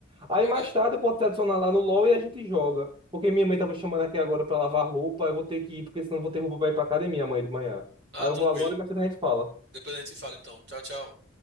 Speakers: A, on the right; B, on the right.
A: Aí
B: é verdade.
A: mais tarde eu posso te adicionar lá no LoL e a gente joga. Porque minha mãe tava chamando aqui agora pra lavar roupa, eu vou ter que ir, porque senão eu vou ter roupa pra ir pra academia amanhã de manhã.
B: Ah,
A: Aí eu
B: tranquilo.
A: vou agora e mais tarde a gente fala.
B: Depois a gente se fala então. Tchau, tchau.